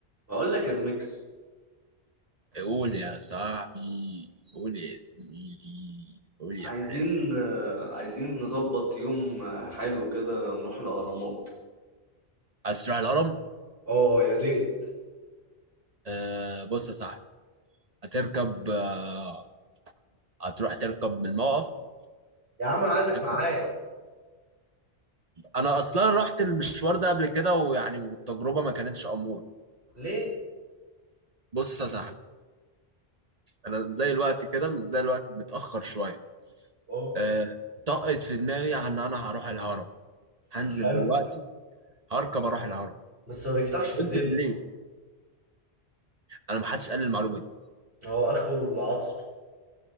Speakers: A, on the right; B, on the right.
A: بقول لك يا زميكس
B: قول يا صاحبي قول يا زميلي قول
A: عايزين
B: يا برنس
A: آه، عايزين نظبط يوم آه، حلو كده نروح الأهرامات
B: عايز تروح الهرم
A: اه يا ريت
B: آه بص يا صاحبي هتركب آه هتروح تركب من الموقف
A: يا عم انا عايزك
B: هتركب.
A: معايا
B: انا اصلا رحت المشوار ده قبل كده ويعني والتجربه ما كانتش اموره
A: ليه
B: بص يا صاحبي انا زي الوقت كده مش زي الوقت متاخر شويه
A: اه
B: آه طقت في دماغي ان انا هروح الهرم هنزل
A: حلو
B: دلوقتي هركب اروح الهرم
A: بس ما بيفتحش بالليل
B: قلت بالليل انا ما حدش قال لي المعلومه دي
A: هو اخره العصر